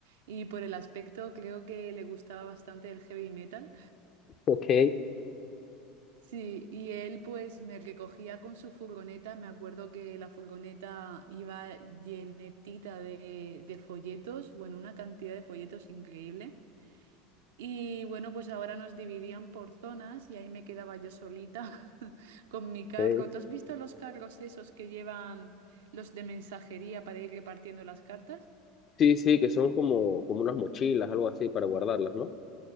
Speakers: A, on the right; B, on the left.
A: y por el aspecto creo que le gustaba bastante el heavy metal.
B: Ok,
A: Sí, y él pues me recogía con su furgoneta. Me acuerdo que la furgoneta iba llenetita de, de folletos, bueno, una cantidad de folletos increíble. Y bueno, pues ahora nos dividían por zonas y ahí me quedaba yo solita <laughs> con mi carro.
B: ok.
A: ¿Tú has visto los carros esos que llevan los de mensajería para ir repartiendo las cartas?
B: Sí, sí, que son como, como unas mochilas, algo así, para guardarlas, ¿no?